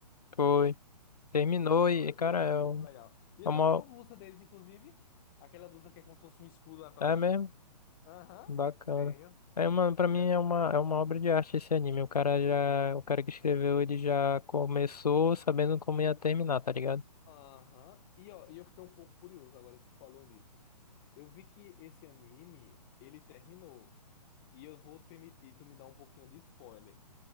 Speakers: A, on the left; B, on the left.
A: Foi. Terminou
B: Então,
A: e,
B: eu,
A: cara,
B: eu acho
A: é,
B: muito
A: um-
B: legal. E eu
A: é uma.
B: tenho até uma blusa deles, inclusive. Aquela blusa que é como se fosse um escudo atrás.
A: É mesmo?
B: Aham,
A: Bacana.
B: tenho.
A: É uma, pra
B: Ele
A: mim
B: era.
A: é uma, é uma obra de arte esse anime. O cara já. O cara que escreveu, ele já começou sabendo como ia terminar, tá ligado?
B: Aham. E, ó, e eu fiquei um pouco curioso agora que tu falou nisso. Eu vi que esse anime, ele terminou. E eu vou permitir tu me dar um pouquinho de spoiler.